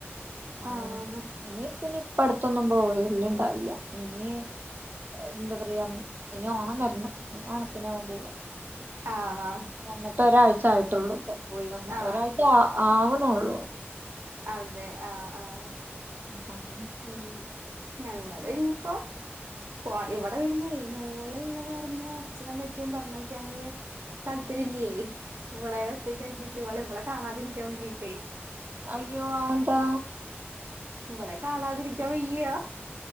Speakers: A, on the right; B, on the right.
A: അങ്ങനെ
B: ആഹ്
A: ഇനിപ്പ ഇനിയിപ്പ അടുത്തൊന്നും പോവല്ണ്ടാവില്ല ഇനി എന്താ പറയാ ഇനി ഓണം വരണം ഇനി ഓണത്തിനാവും പോവാ
B: ആഹ്
A: വന്നിട്ട് ഒരാഴ്ച ആയിട്ടൊള്ളു ഇപ്പോ പോയി വന്നിട്ട്
B: ആഹ്
A: ഒരാഴ്ച ആവ്ണൊള്ളൂ
B: അതെ ആഹ് ആഹ്
A: അപ്പങ്ങനെ
B: ഉം ഞങ്ങള് ഇഞ്ഞ്പ്പോ പോയി ഇവിടെ പിന്നെ
A: ഉ <inaudible>
B: ഇള്ള കാര്ണം അച്ഛനമ്മയ്ക്കും പറഞ്ഞയക്കാന് തല്പര്യല്ല്യേ ഇവളെ ഒറ്റക്കാക്കിയിട്ട് അല്ല ഇവളെ കാണാതിരിക്കാൻ വേണ്ടീട്ടേ
A: അയ്യോ അഹെന്താ?
B: ഇവളെ കാണാതിരിക്കാൻ വയ്യ